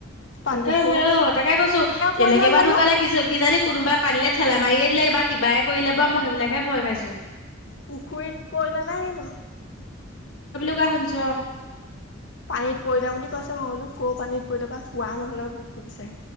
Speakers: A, on the left; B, on the left.
A: পানীত
B: তাকে
A: পৰি
B: হে, অ, তাকে কৈছো, কেনেকে
A: পৰিলে
B: বা
A: জানো
B: ঢুকালে? কি কিজানি, কোনোবাই পানীলৈ ঠেলাই মাৰিয়ে দিলে বা কিবা কৰিলে বাৰু, মই সেইবিলাকহে ভয় খাইছোঁ।
A: পুখুৰীত পৰিলা নাই কিনো?
B: <unintelligible> ককাাাহঞ্চ
A: পানীত পৰিলা বুলি কৈছে, মইবোলোঁ, পানীত পৰিল নেকি? কোৱা নহলে